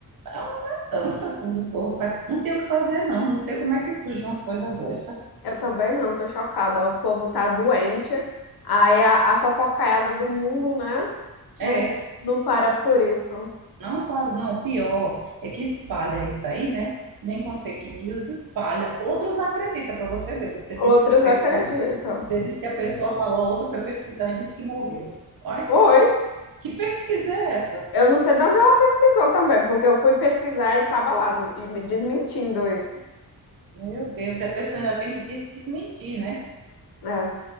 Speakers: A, on the right; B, on the left.
A: É uma matança quando o povo faz. Não tem o que fazer, não. Não sei como é que surgem umas coisas dessas.
B: Eu também não, tô chocada. O povo tá doente. Aí a, a fofocaiada do mundo, né? Não,
A: É,
B: não para por isso.
A: não paro, não. O Pior é que espalha isso aí, né? Vem com a fake news, espalha. Outros acreditam para você ver. Você disse
B: Outros
A: que a pessoa.
B: acreditam.
A: Você disse que a pessoa falou, outra foi pesquisar e disse que morreu. Olha,
B: Foi.
A: que pesquisa é essa?
B: Eu não sei de onde ela pesquisou também, porque eu fui pesquisar e tava lá, e me desmentindo isso.
A: Meu Deus, e a pessoa ainda tem que desmentir, né?
B: É.